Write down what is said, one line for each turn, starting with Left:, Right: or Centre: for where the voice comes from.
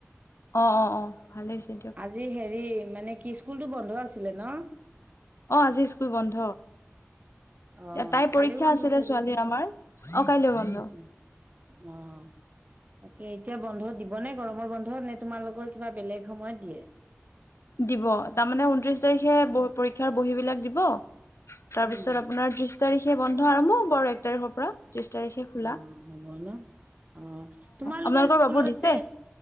Left: অ', অ', অ' ভালে হৈছে দিয়ক।
Right: জি হেৰি মানে কি স্কুলতটো বন্ধ আছিলে ন?
Left: অ' আজি স্কুল বন্ধ।
Right: অ
Left: এ তাই পৰীক্ষা
Right: কালিও বন্ধ
Left: আছিলে
Right: চাগে
Left: ছোৱালীৰ আমাৰ, অ' কাইলৈ বন্ধ।
Right: উম উম অ' তাকে, এতিয়া বন্ধ দিব নে গৰমৰ বন্ধ, নে তোমালোকৰ কিবা বেলেগ সময়ত দিয়ে?
Left: দিব। তাৰমানে ঊনত্ৰিশ তাৰিখে পৰীক্ষাৰ বহী বিলাক দিব। তাৰপিছত
Right: উম
Left: আপোনাৰ ত্ৰিশ তাৰিখে বন্ধ আৰম্ভ হব। আৰু এক তাৰিখৰ পৰা ত্ৰিশ তাৰিখে খোলা
Right: অ' হব ন? অ' তোমালোকৰ
Left: আপোনালোকৰ
Right: স্কুলত
Left: বাবুৰ দিছে
Right: যে